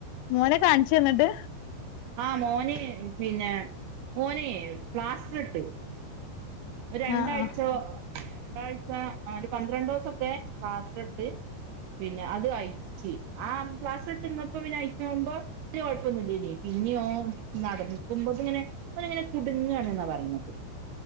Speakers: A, on the left; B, on the right.
A: മോനെ കാണിച്ച് തന്നിട്ട്
B: ആഹ് മോന് പിന്നെ മോനെ പ്ലാസ്റ്ററിട്ടു ഒരു രണ്ടാഴ്ചയോ
A: ആഹ് ആഹ്
B: രണ്ടാഴ്ച ഒരു ആഹ് പന്ത്രണ്ട് ദിവസക്കെ പ്ലാസ്റ്റർ ഇട്ട് പിന്നെ അത് അഴിച്ചി ആഹ് പ്ലാസ്റ്ററിട്ടി ഇപ്പ പിന്നെ അയച്ചു പോമ്പോ കുഴപ്പൊന്നുമില്ലല്ലേ പിന്നിയോ നടക്കുമ്പോ ഇങ്ങനെ ഒരിങ്ങനെ കുടുങ്ങാണ് ന്നാ പറയുന്നത്.